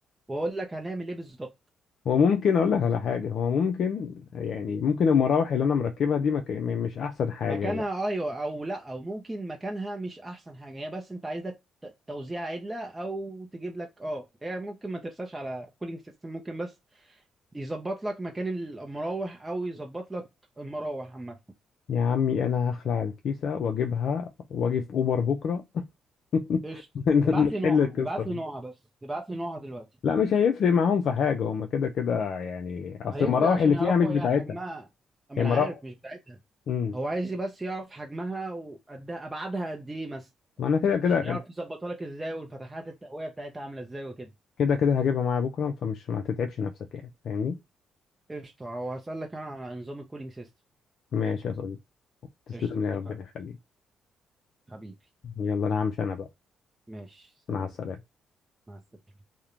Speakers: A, on the right (about 15°); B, on the left (about 65°).
A: واقول لك هنعمل ايه بالظبط
B: هو ممكن اقول لك على حاجه هو ممكن يعني ممكن المراوح اللي انا مركبها دي ما ك- م- مش احسن حاجه
A: مكانها
B: لا.
A: ايوه او لا او ممكن مكانها مش احسن حاجه هي بس انت عايزك ت- توزيع عدله او تجيب لك اه هي ممكن ما ترساش على كولينج سيستم ممكن بس يظبط لك مكان المراوح او يظبط لك المراوح عامه
B: يا عمي انا هخلع الكيسه واجيبها واجي في اوبر بكره <laughs>
A: قشطه
B: نحل
A: ابعت لي نوعها
B: القصه
A: ابعت
B: دي
A: لي نوعها بس ابعت لي نوعها دلوقتي
B: لا مش هيفرق معاهم في حاجه هما كده كده يعني اصل
A: هيفرق
B: المراوح
A: عشان
B: اللي
A: يعرفوا
B: فيها مش بتاعتها
A: هي حجمها ما
B: هي
A: انا
B: مراوح
A: عارف مش بتاعتها
B: امم
A: هو عايز بس يعرف حجمها وقدها ابعادها قد ايه مثلا
B: ما انا كده كده
A: عشان يعرف يظبطها لك ازاي والفتحات التهويه بتاعتها عامله ازاي وكده
B: كده كده هجيبها معايا بكره فمش ما تتعبش نفسك يعني فاهمني
A: قشطة وهسألك أنا عن نظام الكولينج سيستم
B: ماشي يا صديقي تسلم
A: قشطة اتفقنا
B: لي ربنا يخليك
A: حبيبي
B: يلا انا همشي انا بقى
A: ماشي سلام
B: مع السلامة
A: مع السلامة